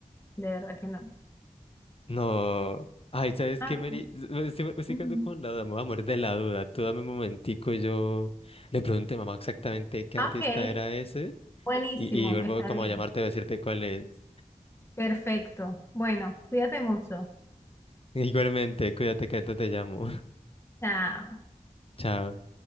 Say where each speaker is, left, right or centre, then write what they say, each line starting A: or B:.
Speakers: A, on the left; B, on the left.
A: De verdad que no.
B: No. Ay, ¿sabes
A: Ah,
B: qué, Mary?
A: sí.
B: Me estoy, me estoy
A: Ujú.
B: quedando con la duda. Me voy a morir de la duda. Tú dame un momentico. y Yo le pregunté a mamá exactamente qué
A: Ah,
B: artista
A: Ok,
B: era ese.
A: buenísimo,
B: Y, y vuelvo
A: está
B: como
A: bien.
B: a llamarte a decirte cuál es.
A: Perfecto. Bueno, cuídate mucho.
B: <laughs> Igualmente, cuídate que ahorita te llamo.
A: Chao.
B: <laughs> Chao.